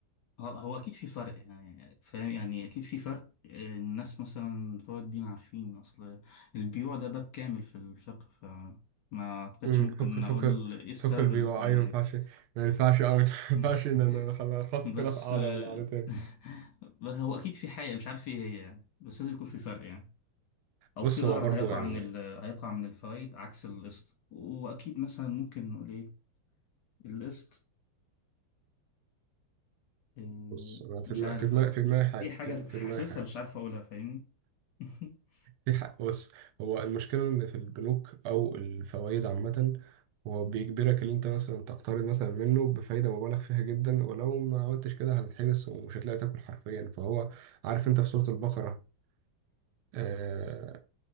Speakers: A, on the left; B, on the right.
A: هو هو اكيد في فرق يعني فاهم يعني اكيد في فرق آه، الناس مثلا بتوع الدين عارفين اصل البيوع ده باب كامل في الفقه فما اعتقدش
B: امم
A: ممكن
B: فك فك
A: اقول ايه السبب
B: فك بيبقى
A: الحرمانية
B: اي ما ينفعش ما ينفعش أو <laughs> ما
A: <laughs>
B: ينفعش ان انا خلاص خلاص كده
A: بس
B: في قعده
A: آه،
B: ولا قعدتين
A: <laughs> بس هو اكيد في حاجة مش عارف ايه هي يعني بس لازم يكون في فرق يعني او
B: بص
A: في ضرر
B: هو برضو
A: هيقع
B: يعني
A: من ال... هيقع من الفوائد عكس القسط واكيد مثلا ممكن نقول ايه القسط آه،
B: بص أنا في
A: مش
B: دماغي
A: عارف
B: في دماغي
A: والله
B: في دماغي حاجه
A: دي حاجة
B: في في
A: حاسسها
B: دماغي حاجه
A: مش عارف اقولها فاهمني <laughs>
B: في حق بص هو المشكله ان في البنوك او الفوائد عامه هو بيجبرك ان انت مثلا تقترض مثلا منه بفايده مبالغ فيها جدا ولو ما عملتش كده هتتحبس ومش هتلاقي تاكل حرفيا فهو عارف انت في سوره البقره آه،